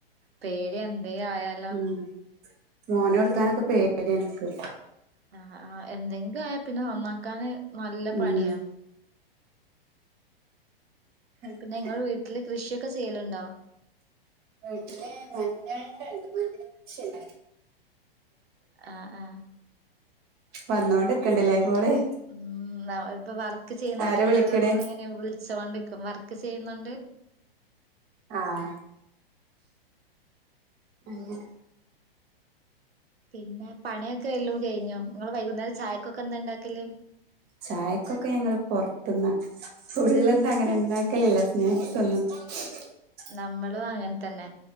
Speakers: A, on the right; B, on the right.
A: പേടി എന്തെ ആയാൽ
B: ഉം മോന് കൊടുക്കാനൊക്കെ പേടി ആണ് എനിക്ക്
A: ആഹ് ആഹ് എന്തെങ്കിലും ആയാ പിന്നെ നന്നാക്കാന് നല്ല
B: ഉം
A: പണിയാ
B: അങ്ങനെ
A: പിന്നെ നിങ്ങൾ വീട്ടില് കൃഷിയൊക്കെ ചെയ്യലുണ്ടോ
B: വീട്ടില് മഞ്ഞൾന്റെണ്ട്, മഞ്ഞൾ കൃഷില്ലെ?
A: ആഹ് ആഹ്
B: വന്നോണ്ട്ക്ക്ണ്ട് ലേ കോള്.
A: ഇല്ല. ഇപ്പ വർക്ക് ചെയ്യുന്നോണ്ടിങ്ങനെ
B: ആരാ വിളിക്കണേ
A: ഓരോരുത്തരിങ്ങനെ വിളിച്ചോണ്ടിരിക്കും, വർക്ക് ചെയ്യുന്നോണ്ട്
B: ആഹ് അങ്ങനെ
A: പിന്നെ പണിയൊക്കെ എല്ലും കഴിഞ്ഞോ? ഇങ്ങള് വൈകുന്നേരം ചായക്കൊക്കെ എന്താണ്ടാക്കല്?
B: ചായക്കൊക്കെ ഞങ്ങള് പൊറത്ത്ന്നാ. ഫുള്ളൊന്നും അങ്ങനെണ്ടാക്കലില്ല. <unintelligible>
A: നമ്മളും അങ്ങനെ തന്നെ